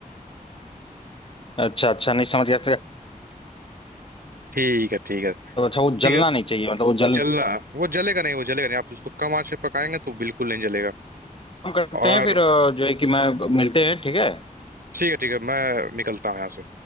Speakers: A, on the left; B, on the right.
A: अच्छा अच्छा नहीं समझ गया समझ गया।
B: ठीक है ठीक है
A: तो अच्छा वो
B: ठीक
A: जलना
B: है
A: नहीं चाहिए मतलब वो जल
B: जलना वो जलेगा नहीं वो जलेगा नहीं आप उसको कम आंच पे पकाएंगे तो बिल्कुल नहीं जलेगा
A: काम करते
B: और
A: हैं फिर अ, जो है कि मैं मिलते हैं ठीक है
B: ठीक है ठीक है मैं निकलता हूँ यहाँ से